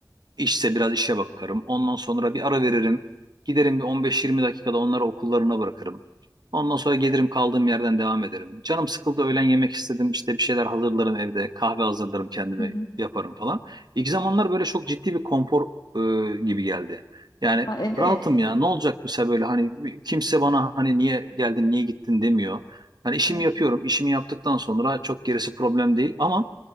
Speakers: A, on the right; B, on the left.
A: İşse biraz işe bakarım. Ondan sonra bir ara veririm. Giderim bir 15-20 dakikada onları okullarına bırakırım. Ondan sonra gelirim kaldığım yerden devam ederim. Canım sıkıldı öğlen yemek istedim. işte bir şeyler hazırlarım evde. Kahve hazırlarım kendime
B: Hı hı.
A: yaparım falan. İlk zamanlar böyle çok ciddi bir konfor e, gibi geldi. Yani
B: Ya evet.
A: rahatım ya ne olacak mesela böyle hani kimse bana hani niye geldin niye gittin demiyor. Hani işimi
B: Evet.
A: yapıyorum. işimi yaptıktan sonra çok gerisi problem değil ama